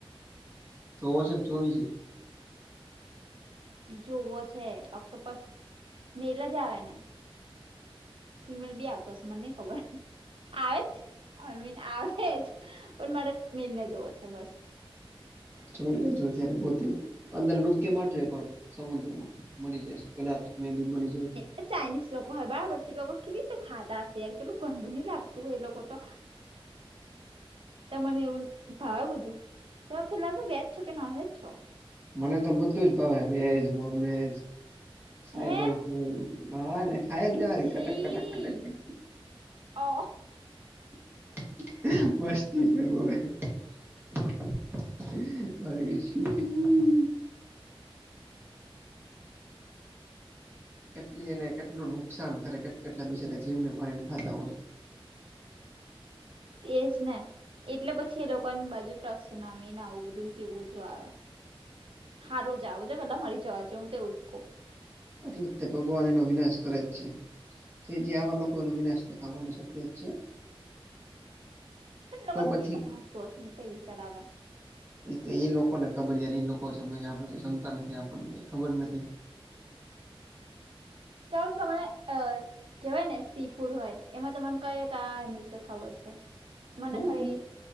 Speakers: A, on the right; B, on the right.
A: તો જોવો છે કે જોવી છે.
B: જોવો છે ઓક્ટોપસ મેલ જ આવે ને? ફિમેલ બી આવતો છે મને નહી ખબર આવે જ આઈ મીન આવે જ પણ મારે મેલ જોવો છે બસ
A: જોઈલે જોઈલે ગોતીને અંદર ડૂબકી મારજે એક વાર સમુદ્રમાં મળી જશે. કદાચ મે બી મળી જાય.
B: એ ચાઇનીઝ લોકો હોય એ લોકો કેવી રીતે ખાતા હશે યાર કેટલું ગંદુ નહી લાગતું. તું એ લોકો તો તમને એવું ભાવ બધું? તમે પેલા તો વેજ છો કે નોનવેેજ છો?
A: મને તો બધું જ ભાવે વેજ નોન વેજ. સાહેબલપુર
B: હે
A: <unintelligible> ભે <inaudible> ખાઈ લેવાનું
B: છી
A: કટક કટક કટક
B: ઓ
A: મસ્તી કરું છું હવે. હ વાગ શ <inaudible> <unintelligible> કેટલી એને કેટલું નુકસાન કરે કે કેટલા બિચરા જીવને માનીને ખાતા હોય.
B: તેજ ને એટલે પછી એ લોકો ની બાજુ ટ્રસું નામ આવું બધું ને એવું બધું આવે. હા રોજ આવો જે પેલા મરી જવાજ <inaudible> હું તો એ જ કહું.
A: એટલે તે ભગવાન એનો વિનાશ કરે જ છે. તે જે આવા લોકોનો વિનાશ થવાનો છે.
B: લોકોને
A: તો પછી
B: કેમનું ભાવતું હશે, મને તો એ વિચાર આવે.
A: એ તો એ લોકો ને ખબર, યાર. એ લોકો જમે, આપડે તો જમતા નથી, આપણને કંઈ ખબર નથી.
B: ચાલો, તમને કેહેવાય ને સી ફૂડ હોય, એમાં તમારુ કંઈ આ ખબર છે મને
A: હમ
B: ખાલી.
A: હમ.